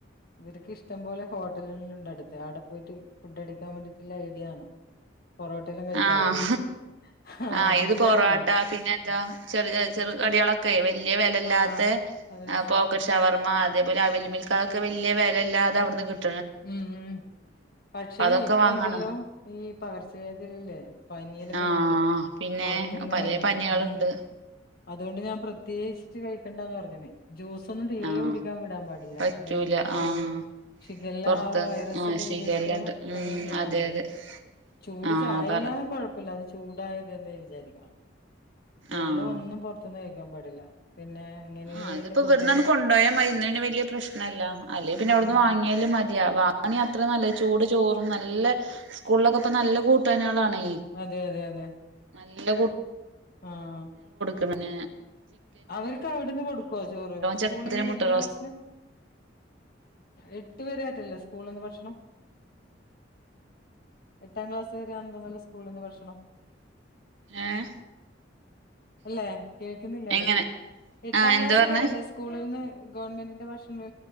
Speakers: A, on the left (about 55°); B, on the right (about 80°).
A: ഇവർക്ക് ഇഷ്ടം പോോലെ ഹോട്ടലുകളുണ്ടടുത്ത് ആവിടെ പോയിട്ട് ഫുഡ് അടിക്കാൻ വേണ്ടിയിട്ടുള്ള ഐഡിയണ് പൊറോട്ടെല്ലാം കഴിക്കാലോ
B: ആഹ്
A: പോയിട്ട് ആ
B: ആഹ്
A: ആമ്പിള്ളേരല്ലേ
B: ഇത് പൊറവാട്ട പിന്നെ എന്താ ചെറിയ ചെറ കടികളൊക്കെ വലിയ വിലയില്ലാത്ത
A: ആ അതെ
B: ആ
A: അതെ
B: പോക്കറ്റ് ഷവർമ്മ അതേപോലെ അവിൽമിൽക്കൊക്കെ വലിയ വില അല്ലാതെ അവിടുന്ന് കിട്ട
A: ഉം പക്ഷെ
B: അതൊക്കെ
A: ഇപ്പ
B: വാങ്ങാണ്
A: എന്തല്ലോ ഈ പകർച്ച വേദയിലല്ലേ പനിയെല്ലാം
B: ആഹ്
A: വരുന്നില്ലേ
B: പിന്നെ
A: പുറത്തന്ന്
B: പലേ പനികളുണ്ട്
A: ഉ അതുകൊണ്ട് ഞാൻ പ്രത്യേകിച്ചിട്ട് കഴിക്കണ്ടന്ന് പറഞ്ഞുന്നേ ജ്യൂസൊന്നും തീതെ
B: ആഹ്
A: കുടിക്കാൻ വിടാൻ പാടില്ല
B: പറ്റൂല
A: എന്താ വെച്ചാല്
B: ആഹ്
A: ചികല്ലാം
B: പൊറത്ത്
A: ആ വൈറസ്
B: ആഹ്
A: എല്ലാം
B: ശിഖല്ലണ്ട്
A: ഇലൽ കൂടെ
B: ഉം
A: പകരുന്നന്ന്
B: അതെ
A: അറിയില്ല
B: അതെ
A: ചൂട്
B: ആഹ്
A: ചായല്ലന്നും
B: പറ
A: കുഴപ്പമില്ലത് ചൂടായത്െന്ന വിചാരിക്കാം വെള്ളം
B: ആഹ്
A: ഒന്നും പുൊറത്തന്നും കേഴക്കാൻ പാടില്ല പിന്നെ ഇങ്ങനെല്ല
B: ആഹ് ഇതിപ്പോ
A: ഫുഡെല്ലാം
B: ഇ വെർന്നാണ് കൊണ്ടു പോോയ മരുന്നന് വല്ിയ പ്രശ്നല്ല അല്ലെ
A: ഉം
B: പിന്നെ എവിടുന്ന്
A: ഉം
B: വാങ്ങിയാല മ അ വാങ്ങി അത്ര നല്ലത് ചൂട് ചോറും നല്ല സ്കൂളിലൊക്കെ ഇപ്പ നല്ല കൂട്ടുകാനികളാണ്
A: അതെ അതെ അതെ
B: നല്ല ക
A: ആഹ
B: പിന്നെ
A: അവർക്ക്വിടുന്ന് കൊടുക്കുവ ചോറ് സ്കൂളന്ന്
B: ചെറുപ്പത്തിന്
A: വല്യ
B: മുട്ട റോസ്റ്റ്
A: ക്ലാസിന് എട്ടു പേരെ ആട്ടല്ലേ സ്കൂള നിന്ന് ഭക്ഷണം എട്ടാം ക്ലാസ്സ് വരെ ആന്തോന്നല്ല സ്കൂളിൽ നിന്ന് ഭക്ഷണം
B: ഏഹ്
A: അല്ലെ കേൾക്കുന്നില്ല ഇട
B: എങ്ങനെ
A: എട്ടാം
B: ആഹ് എന്താ
A: ക്ലാസ്സ്
B: പറഞ്ഞേ
A: വരല്ലേ സ്കൂളന്ന് ഗവൺമെന്റിന്റെ ഭക്ഷണ